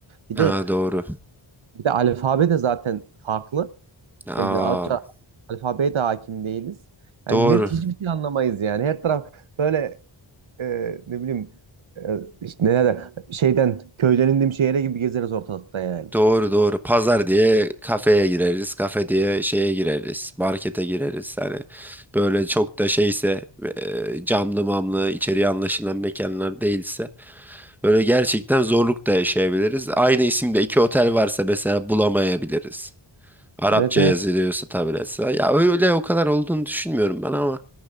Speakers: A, on the right; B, in the centre.
A: Bir
B: Ha
A: de
B: doğru.
A: bir de alfabe de zaten farklı.
B: Aa
A: Yani bir de Arapça alfabeye de hakim değiliz. Yani
B: doğru.
A: net hiçbir şey anlamayız yani. Her taraf böyle e, ne bileyim e, işte neler şeyden köyden indiğim şehre gibi gezeriz ortalıkta yani.
B: Doğru doğru. Pazar diye kafeye gireriz. Kafe diye şeye gireriz. Markete gireriz. Hani böyle çok da şeyse e, camlı mamlı içeriye anlaşılan mekanlar değilse böyle gerçekten zorluk da yaşayabiliriz. Aynı isimde iki otel varsa mesela bulamayabiliriz. Arapça
A: Evet evet.
B: yazılıyorsa tabletse. Ya öyle o kadar olduğunu düşünmüyorum ben ama